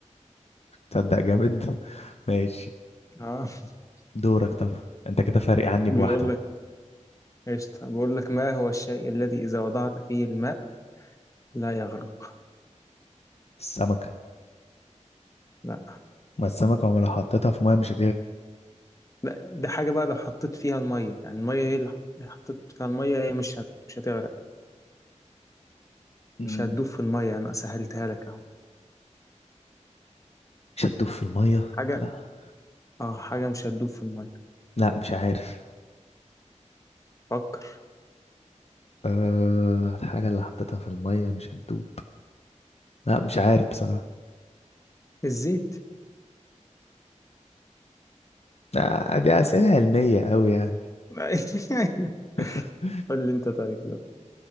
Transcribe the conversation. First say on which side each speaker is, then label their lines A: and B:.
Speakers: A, on the left; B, on the left.
A: تصدق جامد <laughs> ماشي
B: اه <laughs>
A: دورك طب انت كده فارق عني
B: بيقول
A: بواحدة
B: لك قشطة بيقول لك ما هو الشيء الذي إذا وضعت فيه الماء لا يغرق
A: السمكة
B: لا
A: ما السمكة عمرها لو حطيتها في مية مش
B: لا ده حاجة بقى لو حطيت فيها المية يعني المية هي اللي حط- حطيت فيها المية هي مش هت... مش هتغرق
A: هتغرق
B: مش هتدوب في المية أنا سهلتها لك أهو
A: مش هتدوب في المية
B: حاجة
A: لا
B: اه حاجة مش هتدوب في المية
A: لا مش عارف
B: فكر
A: أه الحاجة اللي حطيتها في المية مش هتدوب لا مش عارف بصراحة
B: الزيت
A: آه، دي أسئلة علمية أوي يعني
B: <laughs>
A: <laughs>
B: قول لي أنت طيب يلا.